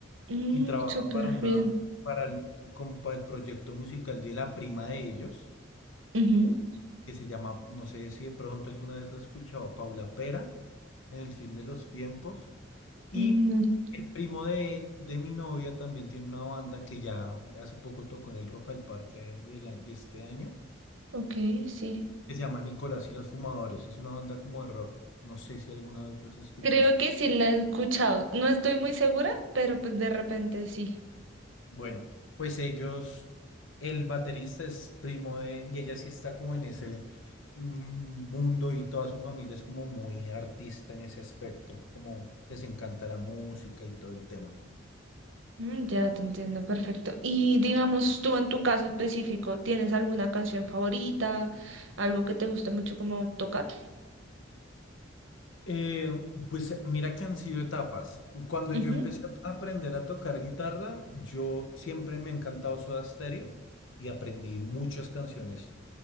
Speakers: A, on the right; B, on the left.
A: Mm,
B: y trabaja
A: súper
B: para una,
A: bien.
B: para el, como para el proyecto musical de la prima de ellos,
A: Ujú,
B: que se llama, no sé si de pronto alguna vez la has escuchado, Paula Pera, en el fin de los tiempos. Y
A: mm,
B: el primo de, de mi novia también tiene una banda que ya hace poco tocó en el Rock al Parque de, la- de este año,
A: ok, sí.
B: que se llama Nicolás y los Fumadores. Es una banda como de rock. No sé si alguna vez las has escuchado.
A: Creo que sí la he escuchado. No estoy muy segura, pero pues de repente sí.
B: Bueno, pues ellos, el baterista es primo de, y ella sí está como en ese mm, mundo y toda su familia es como muy artista en ese aspecto, como les encanta la música y todo el tema.
A: Mm, Ya te entiendo, perfecto. Y digamos, tú en tu caso específico, ¿tienes alguna canción favorita? ¿Algo que te guste mucho como tocar?
B: Eh, pues mira que han sido etapas. Cuando
A: Ujú.
B: yo empecé a aprender a tocar guitarra, yo siempre me ha encantado Soda Stereo y aprendí muchas canciones.